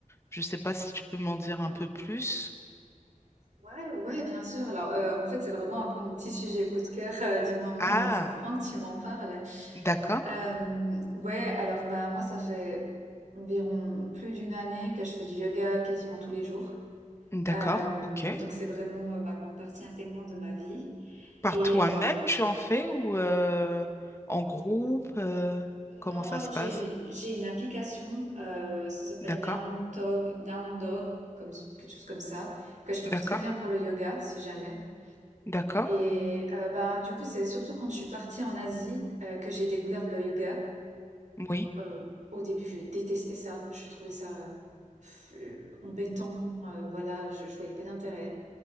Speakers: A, on the left; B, on the right.
A: Je ne sais pas si tu peux m'en dire un peu plus.
B: Ouais, ouais, bien sûr. Alors, euh, en fait, c'est vraiment un peu mon petit sujet coup de cœur euh, du moment,
A: Ah,
B: donc c'est marrant que tu m'en parles.
A: d'accord,
B: Euh, ouais, alors bah moi, ça fait environ plus d'une année que je fais du yoga quasiment tous les jours.
A: d'accord,
B: Euh,
A: ok.
B: donc c'est vraiment euh, maintenant partie intégrante de ma vie.
A: Par
B: Et
A: toi-même,
B: euh,
A: tu en fais ou euh, en groupe, euh, comment
B: non,
A: ça
B: alors
A: se
B: j'ai
A: passe?
B: j'ai une application, euh, ça s'appelle
A: D'accord,
B: Down Dog, Down Dog, comme quelque chose comme ça, que je trouve
A: d'accord,
B: très bien pour le yoga, si jamais.
A: d'accord,
B: Et euh, bah, du coup, c'est surtout quand je suis partie en Asie euh, que j'ai découvert le yoga.
A: oui,
B: Euh, au début, je détestais ça. Je trouvais ça euh, pff, euh, embêtant. euh, voilà, je, je voyais pas d'intérêt.